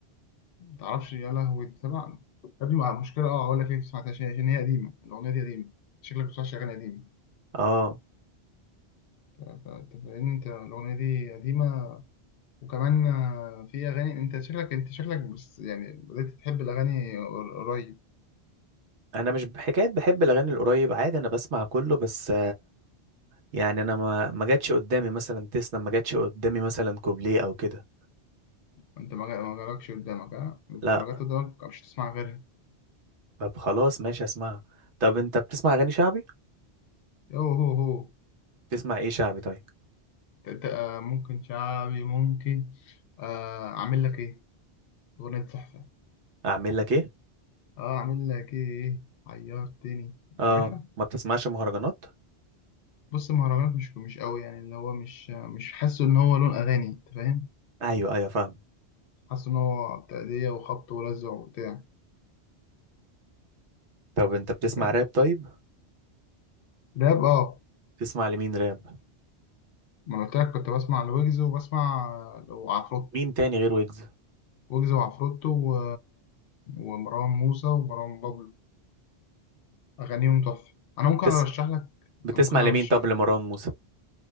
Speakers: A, on the left; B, on the right.
A: ما تعرفش يا لهوي تسمع يا ابني مع مشكلة اه اقول لك ايه ما سمعتهاش عشان هي قديمة الأغنية دي قديمة شكلك ما بتسمعش أغاني قديمة
B: اه
A: ف- ف- لأن أنت الأغنية دي قديمة وكمان آه، في أغاني أنت شكلك أنت شكلك بس يعني بدأت تحب الأغاني قر- قريب
B: انا مش بحكايه بحب الاغاني القريب عادي انا بسمع كله بس يعني انا ما ما جاتش قدامي مثلا تسلا ما جاتش قدامي مثلا كوبليه او كده
A: أنت ما جا- ما جالكش قدامك ها أنت
B: لا
A: لو جت قدامك مش هتسمع غيرها
B: طب خلاص ماشي اسمعها طب انت بتسمع اغاني شعبي
A: يو هو هو
B: بتسمع ايه شعبي طيب
A: أنت أنت، آه، ممكن شعبي ممكن آه، أعمل لك إيه أغنية تحفة
B: اعمل لك ايه
A: أه أعمل لك إيه عيرتني مش
B: اه
A: عارفها
B: ما بتسمعش مهرجانات
A: بص المهرجانات مش مش قوي يعني اللي هو مش مش حاسه ان هو لون اغاني انت فاهم
B: ايوه ايوه فاهم
A: حاسه ان هو تأدية وخبط ولزع وبتاع
B: طب انت بتسمع
A: انت فاهم
B: راب طيب
A: راب اه
B: بتسمع لمين راب
A: ما أنا قلت لك كنت بسمع لويجز وبسمع وعفروتو
B: مين تاني غير ويجز
A: ويجز وعفروتو و... ومروان موسى ومروان بابلو اغانيهم تحفة انا ممكن
B: بتس...
A: ارشح لك
B: بتسمع
A: ممكن ارشح
B: لمين طب لمروان موسى